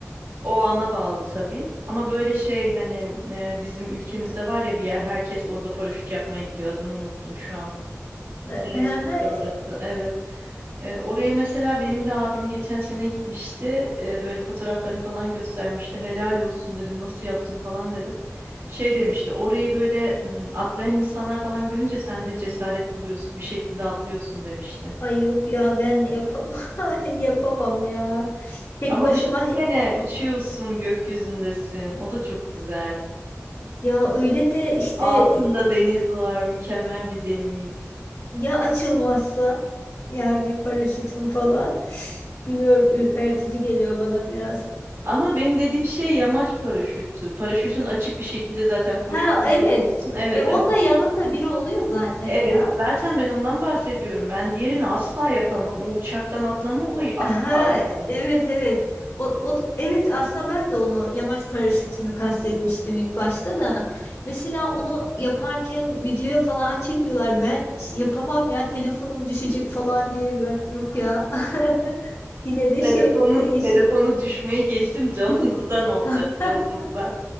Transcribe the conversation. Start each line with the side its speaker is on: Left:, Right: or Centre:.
Right: O ana bağlı tabii. Ama böyle şey hani e, bizim ülkemizde var ya bir yer herkes orada paraşüt yapmaya gidiyor. Adını unuttum şu an.
Left: <laughs>
Right: Neresiydi orası? Evet. Ee, oraya mesela benim de abim geçen sene gitmişti. Ee, böyle fotoğraflarını falan göstermişti. Helal olsun dedim. Nasıl yaptın falan dedim. Şey demişti. Orayı böyle m, atlayan insanlar falan görünce sen de cesaret buluyorsun. Bir şekilde atlıyorsun demişti.
Left: Ay yok ya ben yapamam <laughs> yapamam ya. Tek
Right: Ama
Left: başıma
Right: düşünsene
Left: he-
Right: uçuyorsun, gökyüzündesin. O da çok güzel.
Left: ya öyle de işte
Right: Altında deniz var. Mükemmel bir deniz.
Left: ya açılmazsa yani paraşütüm falan <sighs> bilmiyorum ürpertici geliyor bana biraz.
Right: Ama benim dediğim şey yamaç paraşütü. Paraşütün açık bir şekilde zaten koşuyorsun,
Left: Ha evet.
Right: koşuyorsun. Evet,
Left: E onda
Right: ben
Left: yanında biri oluyor zaten
Right: Evet,
Left: ya.
Right: zaten ben ondan bahsediyorum. Ben diğerini asla yapamam. O uçaktan atlama olayı asla
Left: Ha,
Right: yani.
Left: evet evet. O, o da- evet aslında ben de onu yamaç paraşütünü kastetmiştim ilk başta da. Mesela onu yaparken videoya falan çekiyorlar. Ben işte yapamam ya telefonum düşecek falan diye ben yok ya. <laughs> Yine de
Right: Telefonun
Left: şey değişik.
Right: telefonu düşmeyi geçtim <laughs> canımızdan olacak
Left: <laughs>
Right: canımızdan.